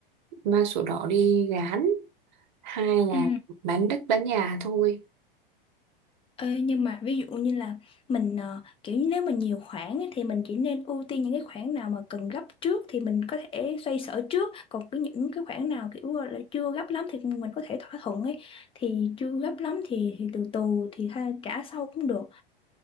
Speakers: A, on the right; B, on the left.
A: mang sổ đỏ đi gán hai là
B: Ừ.
A: bán đất bán nhà thôi
B: Ê, nhưng mà ví dụ như là mình ờ, kiểu như nếu mà nhiều khoản ấy, thì mình chỉ nên ưu tiên những cái khoản nào mà cần gấp trước thì mình có thể xoay sở trước còn cái những cái khoản nào kiểu là chưa gấp lắm thì mình có thể thỏa thuận ấy thì chưa gấp lắm thì, thì từ từ thì tha, trả sau cũng được